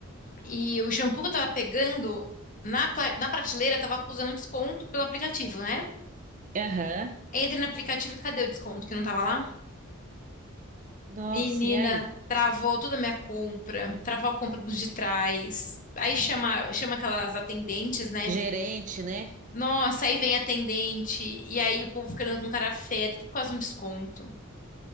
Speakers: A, on the left; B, on the right.
A: e o shampoo que eu tava pegando na, pla- na prateleira tava acusando desconto pelo aplicativo, né?
B: Aham.
A: Entrei no aplicativo e cadê o desconto que não tava lá?
B: Nossa,
A: Menina,
B: e aí?
A: travou toda a minha compra, travou a compra dos de trás. Aí chama, chama aquelas atendentes, né?
B: Gerente, né?
A: Nossa, aí vem atendente, e aí o povo ficando com cara feia, tudo por causa de um desconto.